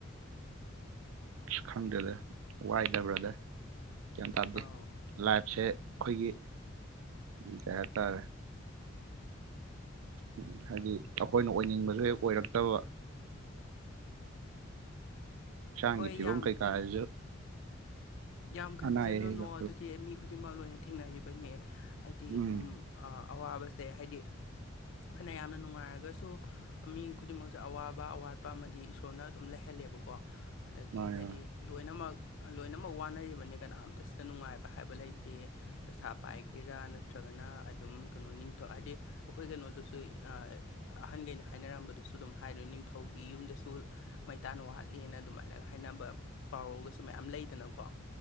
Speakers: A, on the right; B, on the left.
A: ꯈꯪꯗꯦꯗ ꯋꯥꯏꯗ ꯕ꯭ꯔꯗꯔ ꯒ꯭ꯌꯥꯟ ꯇꯥꯗꯦ
B: ꯑꯧ
A: ꯂꯥꯏꯐꯁꯦ ꯑꯩꯈꯣꯏꯒꯤ ꯀꯩ ꯍꯥꯏꯇꯥꯥꯔꯦ ꯎꯝ ꯍꯥꯏꯗꯤ ꯑꯩꯈꯣꯏꯅ ꯑꯣꯏꯅꯤꯡꯕꯁꯨ ꯍꯦꯛ ꯑꯣꯏꯔꯛꯇꯕ ꯍꯛꯆꯥꯡꯒꯤ
B: ꯍꯣꯏ
A: ꯐꯤꯕꯝ
B: ꯌꯥꯝ
A: ꯀꯩꯀꯥꯁꯤꯁꯨ
B: ꯌꯥꯝ ꯈꯟꯖꯤꯜꯂꯨꯅꯣ
A: ꯑꯅꯥ ꯑꯌꯦꯛ ꯍꯦꯛ ꯌꯥꯎꯁꯜꯂꯛꯄ
B: ꯑꯗꯨꯗꯤ ꯃꯤ ꯈꯨꯗꯤꯡꯃꯛ ꯂꯣꯏꯅ ꯊꯦꯡꯅꯔꯤꯕꯅꯦ ꯍꯥꯏꯗꯤ
A: ꯎꯝ
B: ꯑꯗꯨꯝ ꯑꯋꯥꯕꯁꯦ ꯍꯥꯏꯗꯤ ꯐꯅ ꯌꯥꯝꯅ ꯅꯨꯡꯉꯥꯏꯔꯒꯁꯨ ꯃꯤ ꯈꯨꯗꯤꯡꯃꯛꯁꯦ ꯑꯋꯥꯕ ꯑꯋꯥꯠꯄ ꯑꯃꯗꯤ ꯏꯁꯣꯔꯅ ꯑꯗꯨꯝ ꯂꯩꯍꯜꯂꯦꯕꯀꯣ ꯑꯗꯒꯤ
A: ꯃꯥꯅꯦ
B: ꯍꯥꯏꯗꯤ
A: ꯃꯥꯅꯦ
B: ꯂꯣꯏꯅꯃꯛ ꯂꯣꯏꯅꯃꯛ ꯂꯣꯏꯅꯃꯛ ꯋꯥꯅꯔꯤꯕꯅꯤ ꯀꯅꯥꯝꯇ ꯁꯤꯗ ꯅꯨꯡꯉꯥꯏꯕ ꯍꯥꯏꯕ ꯂꯩꯇꯦ ꯄꯩꯁꯥ ꯄꯥꯏꯒꯦꯔꯥ ꯅꯠꯇ꯭ꯔꯒꯅ ꯑꯗꯨꯝ ꯀꯩꯅꯣ ꯅꯤꯡ ꯍꯥꯏꯗꯤ ꯑꯩꯈꯣꯏ ꯀꯩꯅꯣꯗꯨꯁꯨ ꯑꯍꯟꯈꯩꯅ ꯍꯥꯏꯅꯔꯝꯕꯗꯨꯁꯨ ꯑꯗꯨꯝ ꯍꯥꯏꯗꯣ ꯅꯤꯡꯊꯧꯒꯤ ꯌꯨꯝꯗꯁꯨ ꯃꯩꯇꯥꯟ ꯋꯥꯠꯂꯦꯅ ꯑꯗꯨꯃꯥꯏꯅ ꯍꯥꯏꯅꯕ ꯄꯥꯎꯔꯧꯒꯁꯨ ꯃꯌꯥꯝ ꯂꯩꯗꯅꯀꯣ